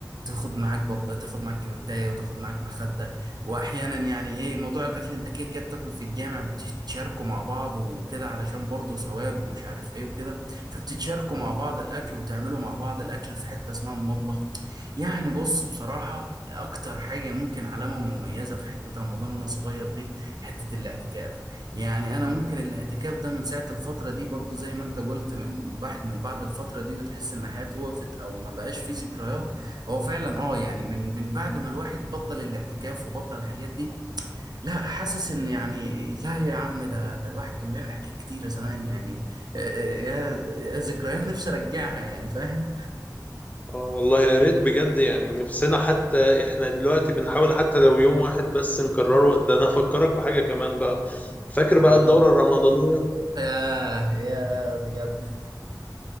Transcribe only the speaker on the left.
اه والله يا ريت بجد يعني نفسنا حتى احنا دلوقتي بنحاول حتى لو يوم واحد بس نكرره ده انا هفكرك بحاجة كمان بقى فاكر بقى
الدورة الرمضانية